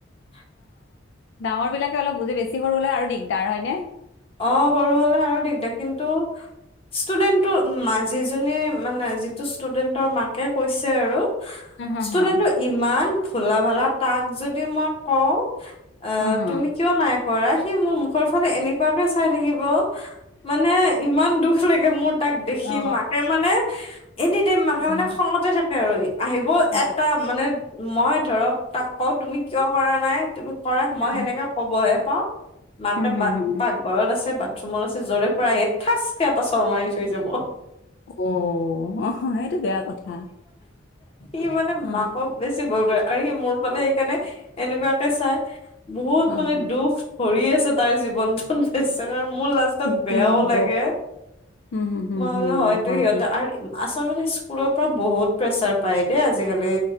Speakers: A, on the left; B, on the left.
A: <unintelligible>
B: ডাঙৰ বিলাকে অলপ বুজে বেছি সৰু ল আৰু দিগদাৰ হয়নে
A: অ সৰু হলে আৰু দিগদাৰ কিন্তু ষ্টুডেন্টটো যিজনী মানে যিটো ষ্টুডেন্টৰ মাকে কৈছে আৰু <unintelligible>
B: হা, হা,
A: ষ্টুডেন্টটো
B: হা,
A: ইমান ফুলা ভালা তাক যদি মই কওঁ অ
B: হা, হা।
A: তুমি কিয় নাই কৰা সি মোৰ মুখৰ ফালে এনে আই থাকিব মানে ইমান দুখ াগে ম <unintelligible> তাক দেখি
B: অ,
A: মাকে মানে এনি টাইম মাকে
B: উম,
A: মানে খঙতে থাকে আৰু আহিব
B: অ,
A: এটা মানে মই ধৰক তাক ক তুমি কিয় কৰা নাই তুমি। কৰে
B: হু,
A: মই সেনেকে কবহে পাওঁ মাকে
B: হু, হু,
A: বা
B: হু, হু।
A: ঘৰত আছে বাথৰুমত আছে য'ৰে পৰা এ ঠাঁচকে এটা চৰ মাৰি থৈ যাব
B: অ-অ এইটো বেয়া কথা।
A: ই মানে
B: অ,
A: মাকক বেছি ভয় কৰে। আৰু সি মোৰ ফালে সেইকাৰণে এনেকুৱাকে চাই। বহুত
B: হা,
A: মানে
B: হা।
A: দুখ ভৰি আছে। তাই জীৱন মোৰ লাষ্টত
B: কি
A: বেয়াও
B: হ'ব?
A: লাগে।
B: হু, হু, হু,
A: মই
B: হু,
A: বোলে হয়তো
B: হয়
A: সিহঁতে
B: দিয়া।
A: আচলতে স্কুলৰ পৰা বহুত প্ৰেচাৰ পায় দেই, আজিকালি